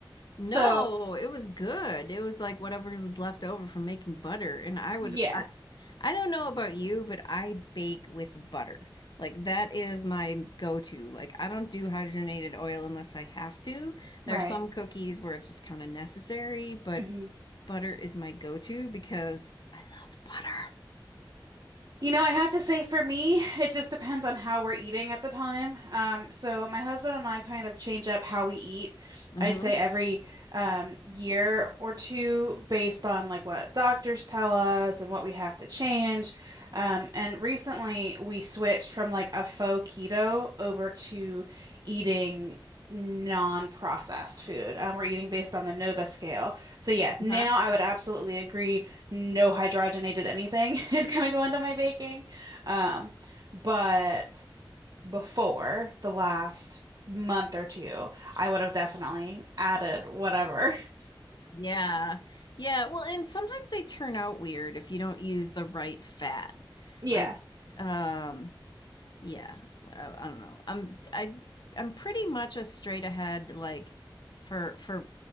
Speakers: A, on the left; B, on the right.
A: No,
B: So,
A: it was good. It was like whatever was left over from making butter. And I would,
B: yeah,
A: I, I don't know about you, but I bake with butter. Like that is my go-to. Like I don't do hydrogenated oil unless I have to.
B: right.
A: There's some cookies where it's just kind of necessary, but
B: Mhm.
A: butter is my go-to because I love butter.
B: You know, I have to say for me, it just depends on how we're eating at the time. Um, so my husband and I kind of change up how we eat.
A: Mm-hmm.
B: I'd say every um, year or two based on like what doctors tell us and what we have to change. Um, and recently we switched from like a faux keto over to eating non-processed food. Um, we're eating based on the Nova scale. So yeah, now
A: Uh-huh.
B: I would absolutely agree no hydrogenated anything <laughs> is going to go into my baking. Um, but before the last month or two, I would have definitely added whatever. <laughs>
A: Yeah. Yeah. Well, and sometimes they turn out weird if you don't use the right fat.
B: Yeah.
A: Like, um, yeah I, I don't know i'm i i'm pretty much a straight ahead like for for